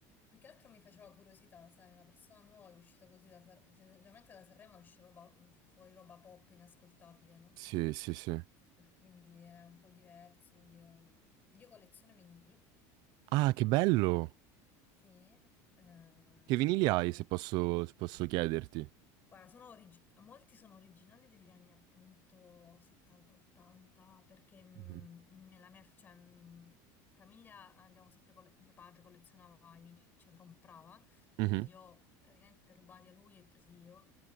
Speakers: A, on the left; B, on the right.
A: più che altro mi faceva curiosità, sai, una persona nuova che è uscita così da Sanremo, generalmente da Sanremo esce roba, fu- fuori roba pop inascoltabile, no?
B: sì, sì, sì.
A: Eh, Quindi era un po' diverso, quindi ehm, io colleziono vinili,
B: Ah, che bello!
A: sì, eh,
B: Che vinili hai, se posso, se posso chiederti?
A: Guarda, sono origi- molti sono originali degli anni appunto 70-80 perché mm,
B: Mhm.
A: nella mia cioè, mm, famiglia abbiamo sempre colle- mio padre collezionava i vinili, cioè li comprava, quindi
B: Mhm,
A: li ho praticamente rubati a lui e presi io,